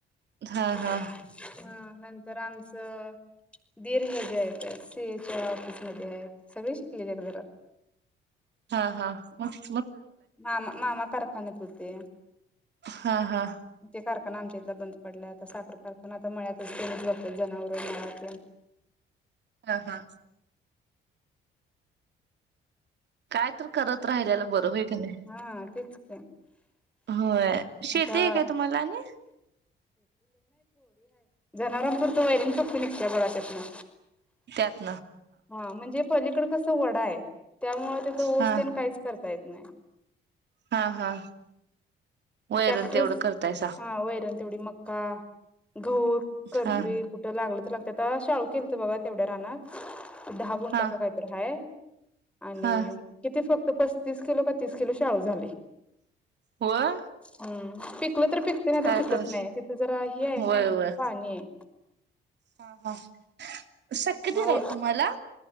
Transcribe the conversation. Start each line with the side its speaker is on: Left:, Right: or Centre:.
Right: हा
Centre: <unintelligible>
Right: हा
Centre: हा नं तर आमचं दीर् हे जे आहेत सी एच्या ऑफिसमधे आहेत. सगळी शिकलेले आहेत घरात.
Right: हा हा. <unintelligible>
Centre: मामा मामा कारखाान्यात होते.
Right: हा हा
Centre: ते ते कारखाना आमचे आता बंद पडलाय आता साखर कारखाना आता मळ्यातच तेनीच बगत्यात जनावर, मळा तेन.
Right: हा हा काय तर करत राहिल्याला बर होय कनाही,
Centre: हा तेच की
Right: होय शेतीय
Centre: आता
Right: काय तुम्हाला आणि
Centre: जनावरां पुरतं वैरन फक्त निघतया बघा त्यातन.
Right: त्यात
Centre: हा म्हणजे पलीकड, कसं वडाय, त्यामुळे तिथं ऊस
Right: हा
Centre: तेन काहीच कर ता येत नाही.
Right: हा हा वैरण
Centre: टॅक्टर
Right: तेवढं करतायसा
Centre: हा वैरन तेवढी मका, गहू करतोय
Right: हा
Centre: कुठं लागल तर लागत्यात, आता शाळू केलत बघा तेवढ्या रानात, दहा गुणट
Right: हा
Centre: का कायतर हाय, आणि
Right: हा
Centre: किती फक् तर पस्तीस किलो का तीस किलो शाळू झालय.
Right: होय
Centre: हम्म, पिकलं तर पिकते नाही तर
Right: काय
Centre: पिकत
Right: कर
Centre: नाही. तिथं जरा हे आहे
Right: होय
Centre: ना
Right: होय
Centre: पाणीय.
Right: हा हा, सख्खे
Centre: आहे
Right: दीर
Centre: हो
Right: आहेत तुम्हाला?